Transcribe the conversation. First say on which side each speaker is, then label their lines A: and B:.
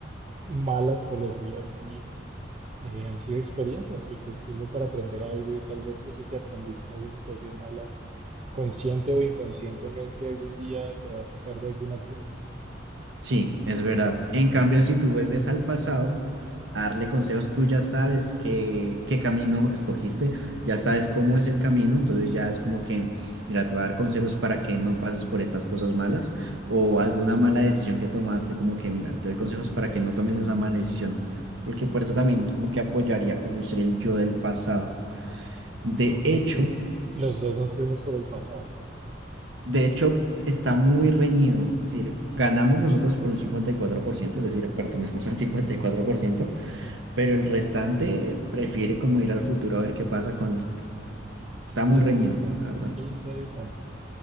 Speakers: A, on the right; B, on the right.
A: malas, por decirlo así, eh, han sido experiencias que te sirven para aprender algo y tal vez eso que aprendiste en esa situación mala, consciente o inconscientemente, algún día te va a sacar de algún apuro.
B: Sí, es verdad. En cambio, si tú vuelves al pasado a darle consejos, tú ya sabes qué, qué camino escogiste, ya sabes cómo es el camino, entonces ya es como que, mira, te voy a dar consejos para que no pases por estas cosas malas o alguna mala decisión que tomaste, como que, mira, te doy consejos para que no tomes esa mala decisión, porque por eso también como que apoyaría conocer el yo del pasado. De
A: Ok,
B: hecho,
A: entonces los dos nos fuimos por el pasado.
B: De hecho, está muy reñido, es decir, ganamos nosotros por un cincuenta y cuatro por ciento es decir, pertenecemos al cincuenta y cuatro por ciento pero el restante prefiere como ir al futuro a ver qué pasa con él. Está muy
A: Interesante,
B: reñido, la verdad.
A: interesante.